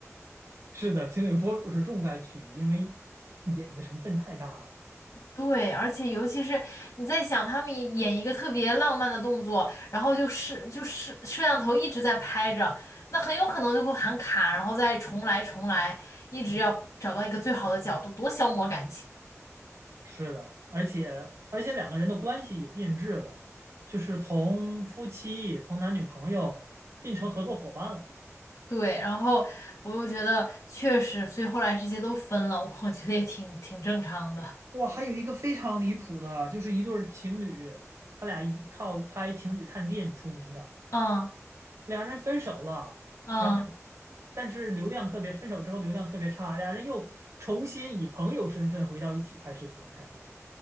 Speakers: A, on the right; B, on the left.
A: <laughs> 是的，情侣博主是重灾区，因为瘾的成分太大了。
B: 对，而且尤其是你在想他们演一个特别浪漫的动作，然后就是就是摄像头一直在拍着，那很有可能就会喊卡，然后再重来重来，一直要找到一个最好的角度，多消磨感情。
A: 是的，而且而且两个人的关系也变质了，就是从夫妻，从男女朋友变成合作伙伴了。
B: 对，然后我又觉得确实，所以后来这些都分了，我觉得也挺挺正常的。
A: 哇，还有一个非常离谱的，就是一对儿情侣，他俩依靠拍情侣探店出名的，
B: 嗯
A: 俩人分手了，
B: 嗯，
A: 然后但是流量特别，分手之后流量特别差，俩人又重新以朋友身份回到一起拍视频探店。